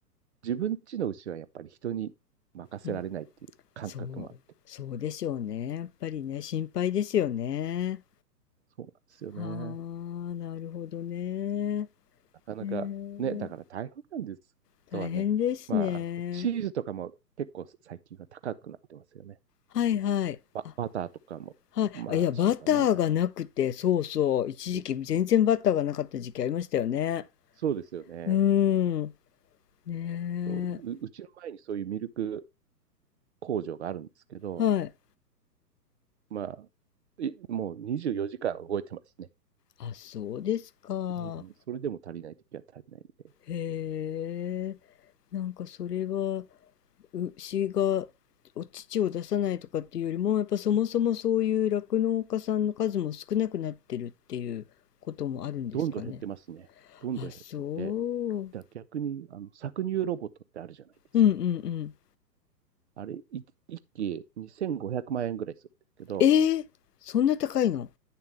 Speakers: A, on the right; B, on the left.
A: 自分家の牛はやっぱり人に任せられないっていう感覚もあって、
B: うんそう、そうでしょうね。やっぱりね、心配ですよね。
A: そうなんですよね。
B: はあ、なるほどね。へ
A: なかなか、
B: え、
A: ね、だから大変なんです。
B: 大変ですね。
A: とはね、まあ、あのチーズとかも結構最近は高くなってますよね。
B: はいはい。
A: ババターとかも、
B: あ、はい。
A: まあ、
B: あ、いや、バターがなくて、
A: しょうがないかな。
B: そうそう。一時期全然バターがなかった時期ありましたよね。
A: そうそうですよね。
B: うーん。ね
A: ううちの前にそういうミルク工場があるんですけど、
B: え。はい。
A: まあ、いもう24時間動いてますね。
B: あ、そうですか。
A: うん、それでも足りないときは足りないんで、
B: へえ。なんかそれは牛がお乳を出さないとかっていうよりもやっぱそもそもそういう酪農家さんの数も少なくなってるっていうこともあるんですかね。
A: どんどん減ってますね。どんどん減ってて、
B: あ、そう。うん
A: だ逆にあの搾乳ロボットってあるじゃないですか。
B: うんうん。
A: あれ、い一機2500万円ぐらいするんですけど、
B: えー、そんな高いの